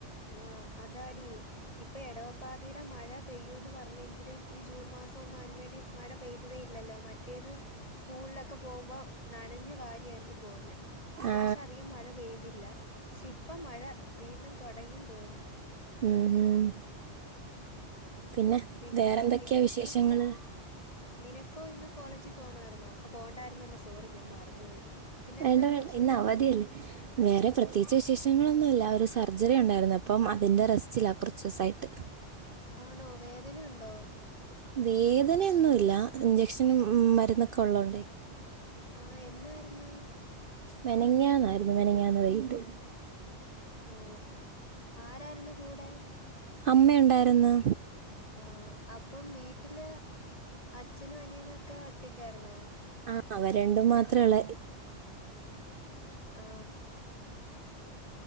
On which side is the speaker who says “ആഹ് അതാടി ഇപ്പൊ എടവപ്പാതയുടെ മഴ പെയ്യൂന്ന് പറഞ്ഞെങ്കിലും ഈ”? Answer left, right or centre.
Left